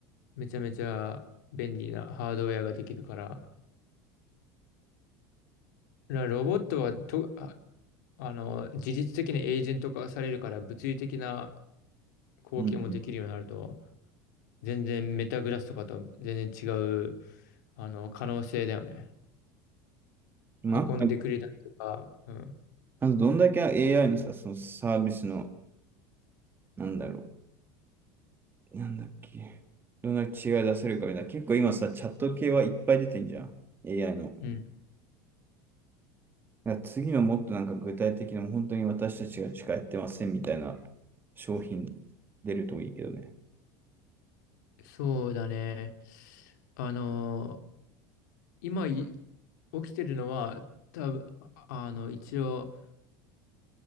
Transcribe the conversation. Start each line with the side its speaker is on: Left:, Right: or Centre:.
Left: めちゃめちゃ便利なハードウェアができるから、らロボットはと、あ、あの、事実的にエージェント化されるから物理的な貢献もできるようになると、
Right: ん。
Left: 全然メタグラスとかと全然違う、あの、可能性だよね。
Right: まあ、
Left: 運んでくれたりとか、うん。
Right: あとどんだけ AI のさ、そのサービスの、なんだろう。なんだっけ。どんだけ違い出せるかみたいな。結構今さ、チャット系はいっぱい出てんじゃん。AI の。
Left: うん。
Right: だから次のもっとなんか具体的な、本当に私たちがしかやってませんみたいな商品出るといいけどね。
Left: そうだね。あの、今い起きてるのは、多分、ああの、一応、